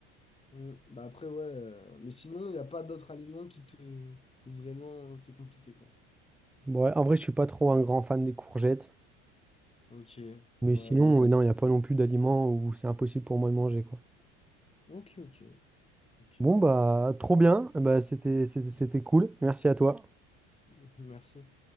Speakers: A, on the left; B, in the centre.
A: Mm. Bah après ouais. euh, Mais sinon il n'y a pas d'autres aliments qui te... Vraiment euh, c'est compliqué quoi.
B: Bon, ouais, en vrai, je suis pas trop un grand fan des courgettes.
A: Ok.
B: Mais
A: Ouais,
B: sinon,
A: classe.
B: euh, non, il n'y a pas non plus d'aliments où c'est impossible pour moi de manger, quoi.
A: Ok, ok. Ok.
B: Bon, bah, trop bien. Bah, c'était, c'était, c'était cool. Merci à toi.
A: <laughs> Merci.